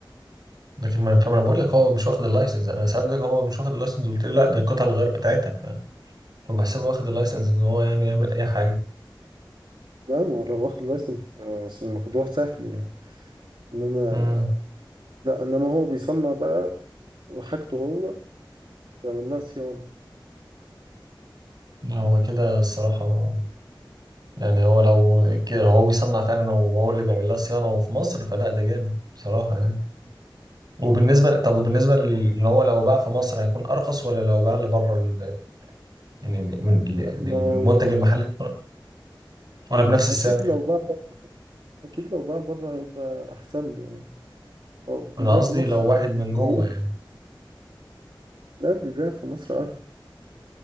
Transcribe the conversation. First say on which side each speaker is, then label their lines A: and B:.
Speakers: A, on the right; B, on the right.
A: لكن ما فاهم انا بقول لك هو مش واخد اللايسنس انا سألتك هو مش واخد اللايسنس قلت لي لا ده القطع الغيار بتاعتها ف- فبحسبه واخد اللايسنس ان هو يعني يعمل اي حاجه
B: لا ما هو لو واخد لايسنس آه، الموضوع سهل يعني انما
A: امم
B: لا انما هو بيصنع بقى وحاجته هو بيعمل لها صيانة
A: لا، هو كده الصراحه يعني هو لو كده هو بيصنع فعلا وهو اللي بيعمل لها صيانه وفي مصر فلا ده جامد بصراحه يعني وبالنسبه ل- طب وبالنسبه ل- ان هو لو باع في مصر هيكون ارخص ولا لو باع لبره ال... يعني من... للمنتج
B: لا ما هو
A: المحلي بيكون أرخص؟ ولا بنفس السعر
B: اكيد لو باع اكيد لو باع بره هيبقى احسن له يعني اه
A: انا
B: بيبيع
A: قصدي
B: في مصر
A: لو واحد من
B: بي- ليه؟
A: جوه
B: ده بيبيع في مصر أرخص